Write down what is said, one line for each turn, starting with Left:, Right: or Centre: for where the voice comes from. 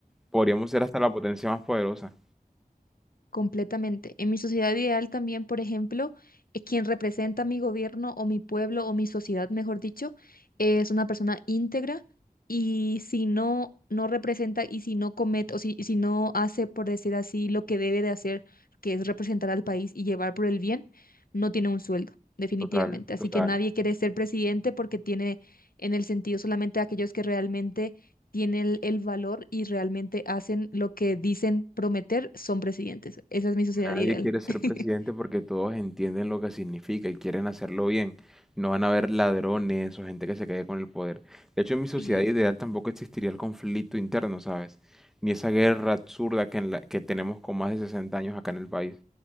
Centre: podríamos ser hasta la potencia más poderosa.
Left: Completamente. En mi sociedad ideal también, por ejemplo, eh, quien representa mi gobierno o mi pueblo o mi sociedad, mejor dicho, es una persona íntegra y si no, no representa y si no comete o si, y si no hace, por decir así, lo que debe de hacer, que es representar al país y llevar por el bien, no tiene un sueldo, definitivamente.
Centre: Total,
Left: Así
Centre: total.
Left: que nadie quiere ser presidente porque tiene en el sentido solamente aquellos que realmente tienen el, el valor y realmente hacen lo que dicen prometer, son presidentes. Esa es mi sociedad
Centre: Nadie
Left: ideal.
Centre: quiere ser
Left: <laughs>
Centre: presidente porque todos entienden lo que significa y quieren hacerlo bien. No van a haber ladrones o gente que se quede con el poder. De hecho, en mi sociedad
Left: Y
Centre: ideal tampoco existiría el conflicto interno, ¿sabes? Ni esa guerra absurda que, en la- que tenemos con más de 60 años acá en el país.